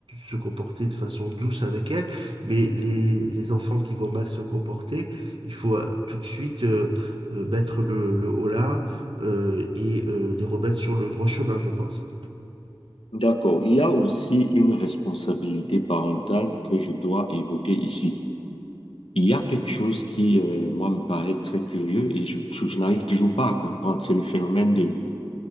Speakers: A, on the right; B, on the left.
A: se comporter de façon douce avec elles. Mais les, les enfants qui vont mal se comporter, il faut euh, tout de suite euh, euh, mettre le, le holà euh, et euh, les remettre sur le droit chemin, je pense.
B: D'accord. Il y a aussi une responsabilité parentale que je dois évoquer ici. Il y a quelque chose qui, euh, moi, me paraît très curieux et je, je- je n'arrive toujours pas à comprendre. C'est le phénomène de,